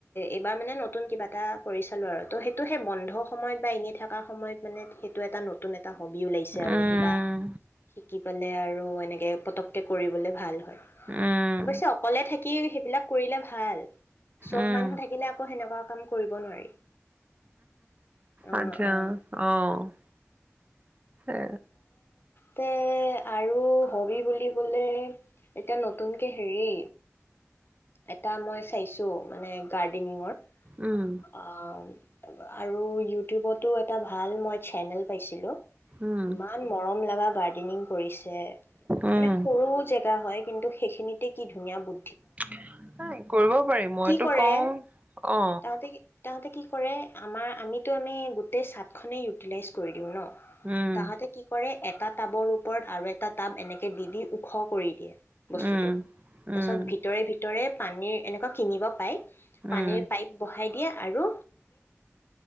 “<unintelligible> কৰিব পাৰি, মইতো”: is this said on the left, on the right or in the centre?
Right